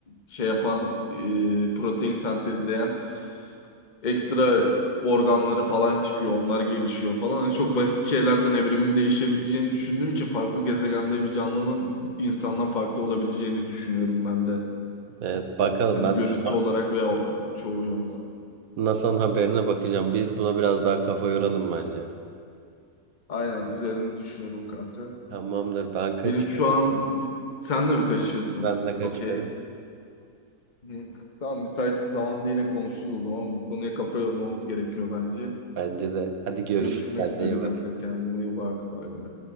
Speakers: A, on the left; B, on the right.
A: şey yapan e, protein sentezleyen ekstra organları falan çıkıyor. Onlar gelişiyor falan. Hani çok basit şeylerden evrimin değişebileceğini düşündüğüm için farklı gezegende bir canlının insandan farklı olabileceğini düşünüyorum ben de.
B: Evet bakalım
A: Hani
B: ben
A: görüntü
B: şu an
A: olarak veya o- çoğu yönden.
B: NASA'nın haberine bakacağım. Biz buna biraz daha kafa yoralım bence.
A: Aynen üzerine düşünelim kanka.
B: Tamamdır ben kaçıyorum.
A: Benim şu an sen de mi kaçıyorsun?
B: Ben de kaçıyorum.
A: Okey. Hı. Tamam müsait bir zamanda yine konuşuruz o zaman. Bu konuya kafa yormamız gerekiyor bence.
B: Bence de. Hadi görüşürüz
A: Görüşmek
B: kendine
A: üzere
B: iyi
A: kanka
B: bak.
A: kendine iyi bak bay bay.